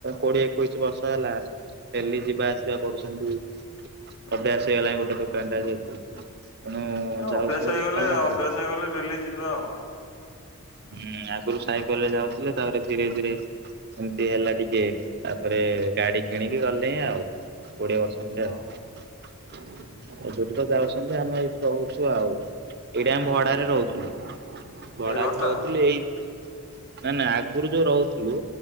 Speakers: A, on the right (about 45°); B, on the left (about 70°).
A: କୋଡିଏ ଏକୋଇଶ ବର୍ଷ ହେଲା ଡେଲି ଯିବା ଆସିବା କରୁଛନ୍ତି। ଅଭ୍ୟାସ ହେଇଗଲାଣି ଗୋଟେ ଦୋକାନଟା ଯେହେତୁ। ତେଣୁ
B: ଅଭ୍ୟାସ
A: ଯାଉଛନ୍ତି
B: ହେଇଗଲେ
A: ଦୋକାନ ଆଉ।
B: ଅଭ୍ୟାସ ହେଇଗଲେ ଡେଲି ଯିବା ଆଉ।
A: ହୁଁ ଆଗରୁ ସାଇକେଲ ରେ ଯାଉଥିଲେ ତାପରେ ଧୀରେ ଧୀରେ ଏମତି ହେଲା। ଟିକେ ତାପରେ ଗାଡି କିଣିକି ଗଲେ ଆଉ କୋଡିଏ ବର୍ଷ ଖଣ୍ଡେ
B: ଆଉ।
A: ଆଉ।
B: ଏଇ
A: ଏ ଦୁଠି ତ ଯାଉଛନ୍ତି ଆମେ ଏଇଠି ରହୁଛୁ ଆଉ। ଏଇଟା ଆମେ ଭଡାରେ ରହୁଥିଲୁ ଭଡାରେ
B: ଘରଟା
A: ରହୁଥିଲୁ ଏଇ ନାଇଁ ନାଇଁ ଆଗରୁ ଯୋଉ ରହୁଥିଲୁ